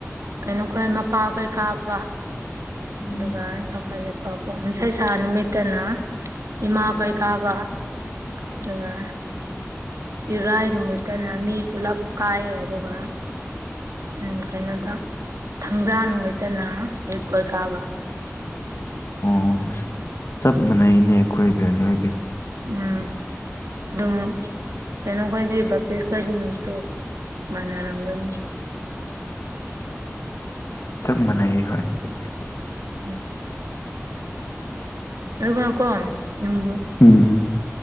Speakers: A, on the right; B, on the left.
A: ꯀꯩꯅꯣꯈꯣꯏ ꯃꯄꯥꯈꯣꯏ ꯀꯥꯕ
B: ꯎꯝ
A: ꯑꯗꯨꯒ <unintelligible> ꯌꯨꯝꯁꯥꯀꯩꯁꯥ ꯅꯨꯃꯤꯠꯇꯅ ꯏꯃꯥꯈꯣꯏ ꯀꯥꯕ
B: <inaudible>
A: ꯑꯗꯨꯒ ꯏꯔꯥꯏ ꯅꯨꯃꯤꯠꯇꯅ ꯃꯤ ꯄꯨꯂꯞ ꯀꯥꯏꯑꯦ ꯑꯗꯨꯒ ꯎꯝ ꯀꯩꯅꯣꯗ ꯊꯥꯡꯖꯥ ꯅꯨꯃꯤꯠꯇꯅ ꯑꯌꯨꯛꯀ ꯀꯥꯕ
B: ꯑꯣ ꯑꯁ ꯆꯞ ꯃꯥꯟꯅꯩꯅꯦ ꯑꯈꯣꯏꯒ ꯅꯣꯏꯒ
A: ꯎꯝ ꯑꯗꯨꯝ ꯀꯩꯅꯣ ꯈꯣꯏꯗꯤ ꯚꯞꯇꯤꯁ ꯈꯣꯏꯗꯤ ꯅꯨꯡꯇꯤ ꯃꯥꯟꯅꯔꯝꯒꯅꯤ
B: ꯆꯞ ꯃꯥꯟꯅꯩꯌꯦ ꯍꯣꯏ <unintelligible>
A: ꯎꯝ ꯑꯗꯨꯒꯀꯣ ꯎꯝ
B: ꯎꯝ